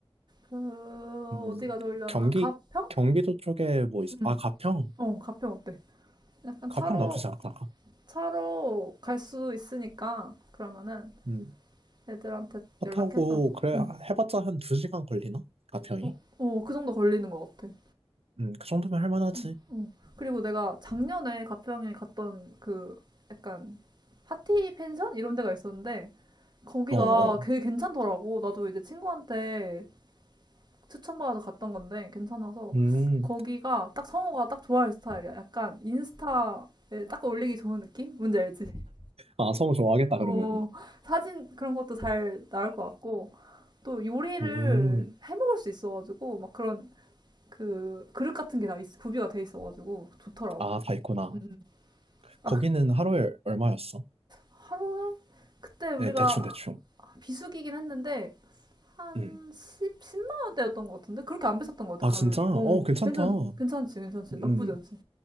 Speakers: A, on the right; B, on the right.
A: 그
B: 음,
A: 어디가 좋으려나?
B: 경기?
A: 가평?
B: 경기도 쪽에 뭐, 있...
A: 응.
B: 아, 가평?
A: 어, 가평 어때? 약간
B: 가평
A: 차로
B: 나쁘지 않다.
A: 차로 갈 수 있으니까 그러면은
B: 음,
A: 애들한테
B: 차
A: 연락해서
B: 타고, 그래,
A: 응.
B: 해봤자 한 두 시간 걸리나? 가평이?
A: 어, 어, 그 정도 걸리는 것 같아.
B: 음, 그 정도면 할만하지.
A: 응. 어. 그리고 내가 작년에 가평에 갔던 그 약간 파티 펜션 이런 데가 있었는데 거기가
B: 어, 어.
A: 되게 괜찮더라고. 나도 이제 친구한테 추천받아서 갔던 건데 괜찮아서
B: 음,
A: 거기가 딱 성우가 딱 좋아할 스타일이야. 약간 인스타에 딱 올리기 좋은 느낌? 뭔지 알지? <laughs>
B: 아, 성우 좋아하겠다, 그러면.
A: 어, 사진 그런 것도 잘 나올 것 같고 또 요리를
B: 음,
A: 해 먹을 수 있어가지고 막 그런 그 그릇 같은 게 다 구비가 돼 있어가지고 좋더라고.
B: 아, 다 있구나.
A: 음, 음. 아,
B: 거기는
A: 그
B: 하루에 얼마였어?
A: 하루에 그때 우리가
B: 네, 대충, 대충.
A: 비수기긴 했는데 한
B: 음.
A: 10, 만 원대였던 것 같은데 그렇게 안 비쌌던 것 같아
B: 아, 진짜?
A: 가격이.
B: 어,
A: 어,
B: 괜찮다.
A: 괜찮 괜찮지 괜찮지
B: 음,
A: 나쁘지 않지.